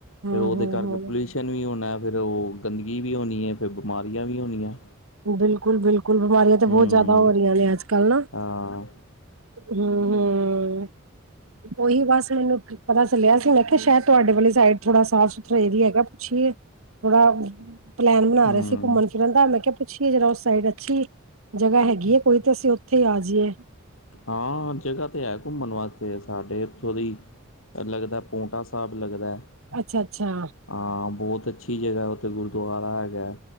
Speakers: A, on the right; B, on the left.
A: ਹਮ
B: ਫੇਰ ਓਹਦੇ
A: ਹਮ
B: ਕਰਕੇ
A: ਹਮ
B: ਪੋਲਿਊਸ਼ਨ ਵੀ ਹੋਣਾ ਐ। ਫਿਰ ਓ, ਗੰਦਗੀ ਵੀ ਹੋਣੀ ਏ, ਫਿਰ ਬਿਮਾਰੀਆਂ ਵੀ ਹੋਣੀਆਂ।
A: ਬਿਲਕੁਲ-ਬਿਲਕੁਲ, ਬਿਮਾਰੀਆਂ ਤੇ ਬਹੁਤ
B: ਹਮ
A: ਜਾਦਾ ਹੋ ਰਹੀਆਂ ਨੇ, ਅੱਜ-ਕੱਲ ਨਾ।
B: ਹਾਂ
A: ਹੂਂ, ਹੂਂ, ਓਹੀ ਬਸ ਮੈਨੂੰ ਪਤਾ ਚੱਲਿਆ ਸੀ, ਮੈਂ ਕਿਹਾ, ਸ਼ਾਇਦ ਤੁਹਾਡੇ ਵਾਲੀ ਸਾਈਡ ਥੋੜਾ ਸਾਫ਼-ਸੁਥਰਾ ਏਰੀਆ ਹੈਗਾ ਪੁੱਛੀਏ। ਥੋੜਾ ਪਲੈਨ ਬਣਾ
B: ਹਮ
A: ਰਹੇ ਸੀ, ਘੁੰਮਣ-ਫਿਰਨ ਦਾ ''ਮੈਂ ਕਿਹਾ ਪੁੱਛੀਏ ਜਰਾ ਓਸ ਸਾਈਡ ਅੱਛੀ, ਜਗ੍ਹਾ ਹੈਗੀ ਏ ਕੋਈ ਤਾਂ, ਅਸੀ ਓਥੇ ਈ ਆ ਜਈਏ।
B: ਹਾਂ, ਜਗ੍ਹਾ ਤੇ ਹੈ ਘੁੰਮਣ ਵਾਸਤੇ, ਸਾਡੇ ਏਥੋਂ ਦੀ ਲੱਗਦਾ ਪੋਂਟਾ ਸਾਬ ਲਗਦਾ ਐ।
A: ਅੱਛਾ-ਅੱਛਾ।
B: ਹਾਂ, ਬੋਤ ਅੱਛੀ ਜਗ੍ਹਾ ਓਥੇ ਗੁਰਦੁਆਰਾ ਹੈਗਾ ਐ।